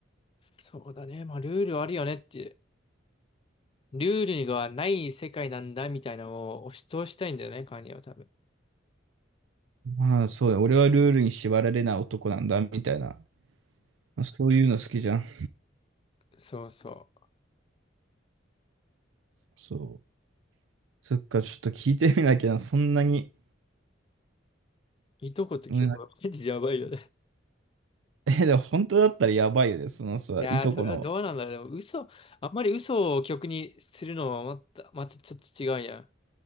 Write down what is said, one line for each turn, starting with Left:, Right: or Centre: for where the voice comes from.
Left: そうだね。まあ、ルールあるよねって。ルールがない世界なんだみたいなのを押し通したいんだよね、カニは多分。
Right: まあそうだ、俺はルールに縛られない男なんだみたいな、まあ、そういうの好きじゃん。
Left: そうそ
Right: そう。そっか、ちょっと聞いてみなきゃな、そんなに。
Left: う。いとこと曲は、
Right: うん、
Left: マジやばいよね。
Right: え、でも本当だったらやばいよね、そのさ、
Left: いやー、
Right: いとこの。
Left: それはどうなんだろう。でも嘘、あんまり嘘を曲にするのはまた、またちょっと違うやん。